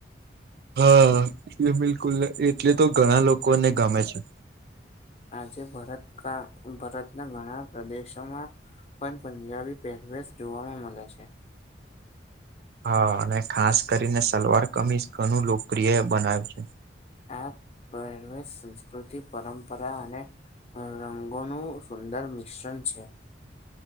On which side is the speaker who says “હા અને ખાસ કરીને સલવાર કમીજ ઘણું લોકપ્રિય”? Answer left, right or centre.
Right